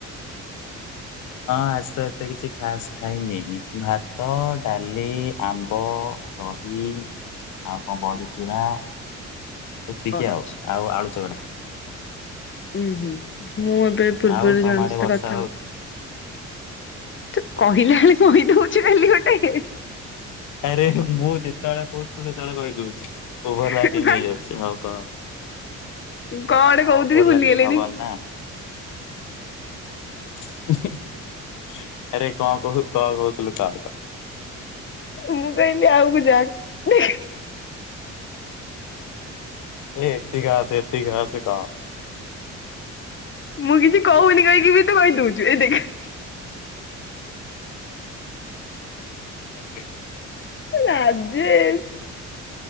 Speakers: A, on the left; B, on the left.
A: <inaudible>
B: ହଁ ଆଜି ତ ଏତେ କିଛି ଖାସ ଖାଇନି ଭାତ ଡାଲି ଆମ୍ବ ଦହି ଆଉ କଣ ବଢ଼ି ଚୂୁରା ଏତିକି
A: ଆଚ୍ଛା
B: ଆଉ ଆଉ ଆଳୁ ଚକଡା
A: ଉୁଁ ହୁଁ ମୁଁ ଏବେ ପୂର୍ବରୁ
B: ଆଉ ତମ
A: ଜଣ
B: ଆଡେ
A: ସହ
B: ବର୍ଷା
A: କଥା ହଉଛି ତୁ କହିଲା ବେଳେ କହିଦଉଛୁ କାଲି ଗୋଟେ
B: ଆରେ ମୁହୁ ଯେତେବେଳେ କହୁଚ ତୁ ସେତବେଳେ କହି ଦଉଛୁ। ଓଭର
A: କଣ
B: ଲାଫିଙ୍ଗ ହେଇ ଯାଉଛ ହଉ କ
A: ଗୋଟେ
B: ହ
A: କହୁଥିଲି
B: ଓଭର
A: ଭୁଲିଗଲିଣି।
B: ଲାଫିଙ୍ଗି ହବନି ନା ଉଁ ହୁ ଆରେ କଣ କହୁ କଣ କହୁଥିଲୁ କା କ
A: ମୁଁ କହିଲି ଆଉକୁ ଯାକୁ
B: ଏ ଏତିି ଖାସ ଏତି ଖାସ କ
A: ମୁଁ କିଛି କହୁନି କହିଇଁକି ବି ତୁ କହିଦଉଛୁ ଏତକି
B: <inaudible>
A: ରାଜେଶ